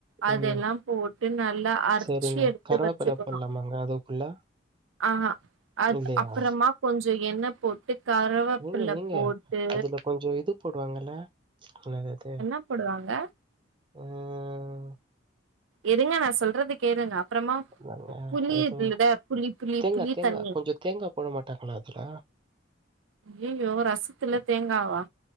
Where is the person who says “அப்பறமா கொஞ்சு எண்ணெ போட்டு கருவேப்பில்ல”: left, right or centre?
Right